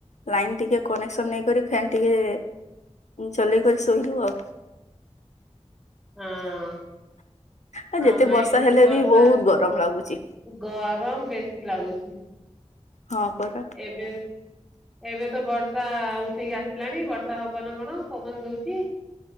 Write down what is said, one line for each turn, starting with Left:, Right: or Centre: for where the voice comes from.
Left: ଲାଇନ୍ ଟିକେ କନେକ୍ସନ ନେଇକରି ଫେନ୍ ଟିକେ ଚଲେଇକରି ଶୋଇଲୁ ଆଉ।
Centre: ହଁ
Left: ଆ
Centre: ଆମ
Left: ଯେତେ ବର୍ଷା
Centre: ଏଠି ତ
Left: ହେଲେ
Centre: ବର୍ଷା
Left: ବି ବହୁତ୍ ଗରମ ଲାଗୁଚି।
Centre: ଗରମ ବେଶୀ ଲାଗୁଚି।
Left: ହଁ ପରା।
Centre: ଏବେ ଏବେ ତ ବର୍ଷା ଉଠେଇ ଆସିଲାଣି, ବର୍ଷା ହବ ନା କଣ ପବନ ଦଉଚି।